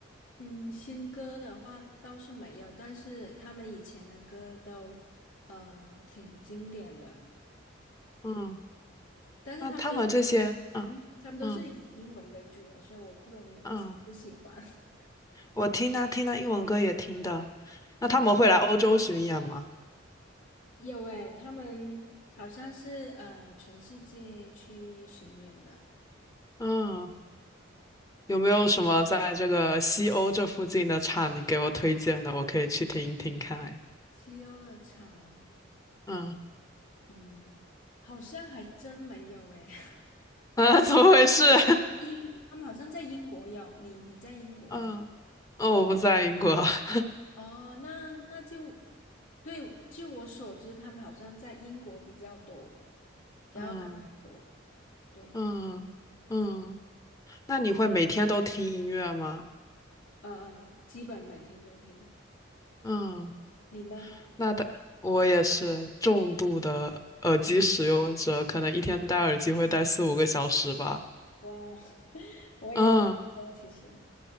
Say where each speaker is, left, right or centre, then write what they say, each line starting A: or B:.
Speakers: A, on the left; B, on the left.
A: 嗯，新歌的话倒是没有，但是他们以前的歌都，呃，挺经典的。
B: 嗯，
A: 但是他们都是，
B: 那他们这些，嗯
A: 嗯，他们都是以英文为主的，
B: 嗯
A: 所以我不懂你喜不喜欢。
B: 嗯，
A: <laughs>
B: 我听他听他英文歌也听的。那他们会来欧洲巡演吗？
A: 有诶，他们好像是呃全世界去巡演的。
B: 嗯。有没有什么在这个西欧这附近的厂你给我推荐的？我可以去听一听看。
A: 西欧的场，
B: 嗯
A: 嗯，好像还真没有诶。<laughs>
B: <laughs> 啊，怎么回事？<laughs>
A: 英，他们好像在英国有，你你在英国吗？
B: 嗯哦，我不在英国。<laughs>
A: 哦，那那就对，据我所知，他们好像在英国比较多，然后跟美国，
B: 嗯
A: 对，
B: 嗯嗯，那你会每天都听音乐吗？
A: 嗯嗯，基本每天都听。
B: 嗯，
A: 你呢？
B: 那的我也是重度的耳机使用者，可能一天戴耳机会戴四五个小时吧。
A: 哇哦，<laughs> 我也差不多其实。
B: 嗯